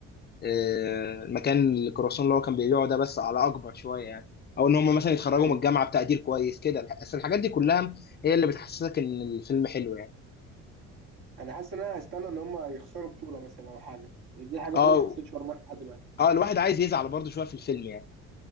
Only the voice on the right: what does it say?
ايوه
انا حاسس ان انا هستنى ان هم يخسروا بطوله مثلا او حاجه يعني دي الحاجه الوحيده
اللي ما حصلتش ولا مره لحد دلوقتي